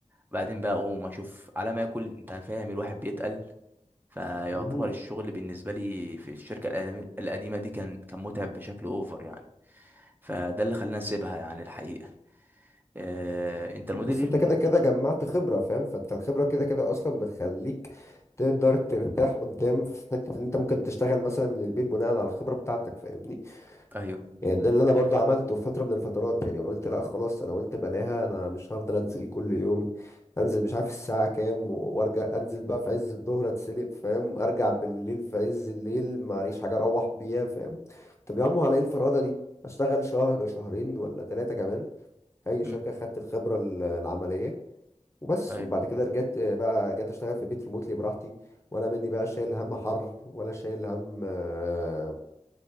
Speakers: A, on the right (about 15°); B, on the left (about 25°).
A: بعدين بقى اقوم اشوف على ما اكل انت فاهم الواحد بيتقل فيعتبر
B: قبلها
A: الشغل بالنسبه لي في الشركه القديم- القديمه دي كان كان متعب بشكل اوفر يعني فده اللي خلاني اسيبها يعني الحقيقه آه، انت المديرين
B: بس انت كده كده جمعت خبرة فاهم فانت الخبرة كده كده اصلا بتخليك تقدر ترتاح قدام في حتة ان انت ممكن تشتغل مثلا من البيت بناء على الخبرة بتاعتك فاهمني
A: ايوه
B: يعني ده اللي انا
A: الف...
B: برضو عملته في فترة من الفترات يعني قلت لا خلاص انا قلت بلاها انا مش هفضل انزل كل يوم انزل مش عارف الساعة كام وارجع انزل بقى في عز الظهر اتسلق فاهم ارجع بالليل في عز الليل معليش حاجة اروح بيها فاهم طب يا عم على ايه الفرادة دي اشتغل شهر شهرين ولا ثلاثة كمان اي
A: مم.
B: شركة خدت الخبرة ال- العملية وبس
A: ايوه
B: وبعد كده رجعت آه، بقى جيت اشتغل في البيت ريموتلي براحتي ولا مني بقى شايل هم حر ولا شايل هم آه،